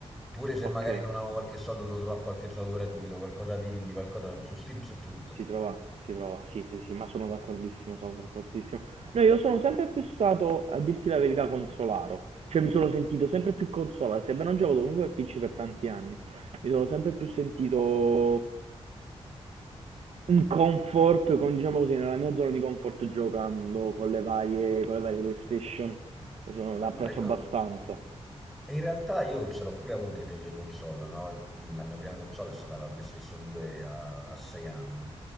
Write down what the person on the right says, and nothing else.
ok,
si trova, si trova, sì, sì, sì, ma sono d'accordissimo, sono d'accordissimo. No, io sono sempre più stato, a dirti la verità, consolaro. Cioè, mi sono sentito sempre più consolato, sebbene non gioco comunque al PC per tanti anni. Mi sono sempre più sentito Un comfort, con- diciamo così, nella mia zona di comfort giocando con le varie, con le varie PlayStation, sono,
l'ha preso
abbastanza.